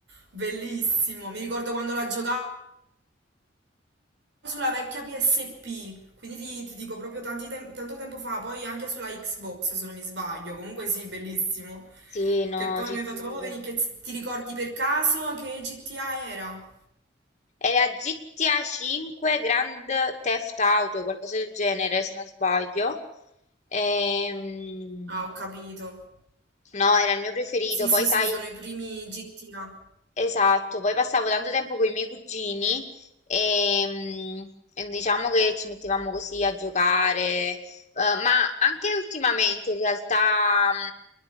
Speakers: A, on the right; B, on the left.
A: Bellissimo! Mi ricordo quando la giocavo sulla vecchia PSP, quindi ti, ti dico proprio tanti tem- tanto tempo fa, poi anche sulla Xbox se non mi sbaglio, comunque sì, bellissimo.
B: Sì, no,
A: Che poi
B: ti
A: mi
B: giuro.
A: hai fatto proprio venire, che z- ti ricordi per caso che GTA era?
B: Era GTA 5 Grand Theft Auto, qualcosa del genere, se non sbaglio. Ehm,
A: Ah, ho capito.
B: no, era il mio preferito.
A: Sì,
B: Poi,
A: sì, sì,
B: sai.
A: sono i primi GTA.
B: Esatto, poi passavo tanto tempo con i miei cugini e, mm, e diciamo che ci mettevamo così a giocare, Eh, ma anche ultimamente in realtà